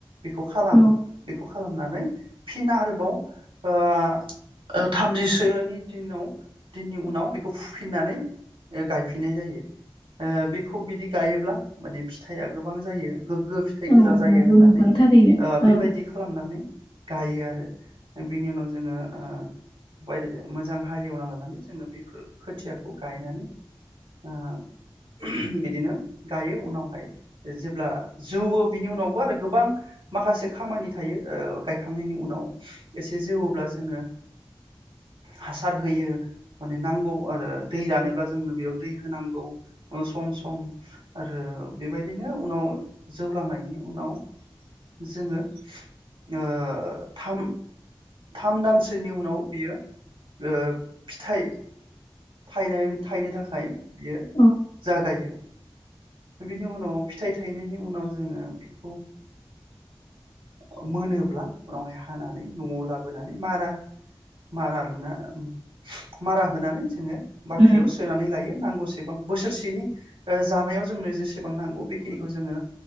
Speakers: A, on the right; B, on the left.
A: बेखौ खालामो
B: औ
A: बेखौ खालामनानै फिन आरोबाव ओ ओ थामजिसोनि दिनाव दिननि उनाव बेखौ फुफिननानै ओ गायफिननाय जायो ओ बेखौ बिदि गायोब्ला माने फिथाइया गोबां जायो। गोग्गो फिथाइ
B: औ
A: गोजा जायो
B: नंगौ
A: होननानै
B: नोंथां
A: ओ
B: थारैनो
A: बेबायदि
B: औ
A: खालामनानै गायो आरो। बिनि उनाव जोङो ओ बायदि मोजां हालेवना लानानै जोङो बेफोर खोथियाखौ गायनानै ओ <unintelligible> बिदिनो गायो उनावहाय जेब्ला जौवो बिनि उनावबो आरो गोबां माखासे खामानि थायो ओ गायखांनायनि उनाव एसे जौवब्ला जोङो हासार होयो माने नांगौ आरो दै रानोब्ला जोंनो बेयाव दै होनांगौ ओ सम सम आरो बेबायदिनो उनाव जौ लांनायनि उनाव जोङो ओ थाम थाम दानसोनि उनाव बियो ओ फिथाइ थायनाय थायनो थाखाय बियो
B: औ
A: जागायो। बिनि उनाव फिथाइ थायनायनि उनाव जोङो बेखौ ओ मोनोब्ला उनावहाय हानानै नआव लाबोनानै मारा मारा लुना <unintelligible> मारा होनानै जोङो बाख्रियाव
B: उम
A: सोनानै लायो नांगौसेबां बोसोरसेनि ओ जानायाव जोंनो जेसेबां नांगौ बेखिनिखौ जोङो